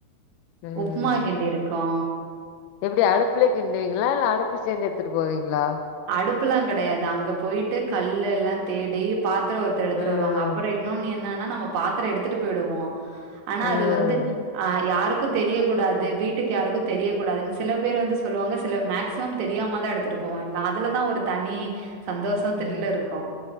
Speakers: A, on the left; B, on the right.
A: ம்
B: உப்மா கிண்டி இருக்கோ
A: எப்டி அடுப்புலே கிண்டுவீங்ளா இல்ல அடுப்பு சேந்து எடுத்துட்டு போவீங்ளா
B: அடுப்புல்லா கெடயாது அங்க போயிட்டு கல்ல எல்லாம் தேடி பாத்தரோ ஒருத்தர் எத்துட்டு
A: ம்
B: வருவாங்க அப்புறம் இன்னொன்னு என்னன்னா நாங்க பாத்தரோ எடுத்துட்டு போயிடுவோ ஆனா
A: ம்
B: அது வந்து அ யாருக்கு தெரிய கூடாது வீட்டுக்கு யாருக்கு தெரிய கூடாதுன் சில பேர் வந்து சொல்லுவாங்க சிலர் மேக்சிமம் தெரியாம தா எடுத்துட்டு போவ எல்லா அதுலதா ஒரு தனி சந்தோஷம்
A: ம்
B: த்ரில் இருக்கு